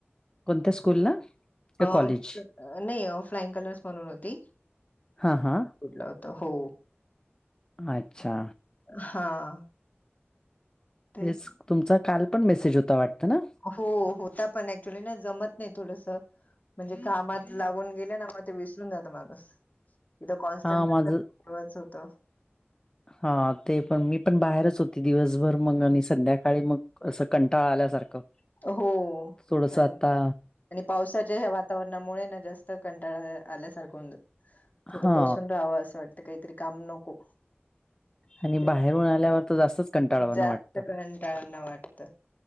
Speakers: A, on the left; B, on the left.
A: कोणत्या, स्कूलला? का
B: अ
A: कॉलेज?
B: नाही, फ्लाईंग कलर्स, म्हणून होती.
A: हा, हां.
B: कुठला होता? हो.
A: अच्छा.
B: हां. ते
A: तेच. तुमचा, काल पण मेसेज होता वाटतं ना?
B: हो. होता पण ऍक्च्युली ना, जमत नाही थोडसं. म्हणजे कामात लागून गेले ना. म ते विसरून जातं माणूस. इथं, कॉन्स्टटच
A: हां, माझं
B: ठेवायचं होत.
A: हा, ते पण. मी पण बाहेरच होती, दिवसभर. मग आणि संध्याकाळी मग असं कंटाळा आल्यासारखं.
B: हो,
A: थोडस आता
B: अन्- आणि पावसाच्या ह्या वातावरणामुळे ना जास्त कंटाळा आल्यासारखं होऊन जात-
A: हा
B: फत बसून राहावं असं वाटतं, काहीतरी काम नको.
A: आणि
B: ते
A: बाहेरून आल्यावर तर जास्तच कंटाळावाण
B: जास्त
A: वाटत.
B: कंटाळना वाटतं.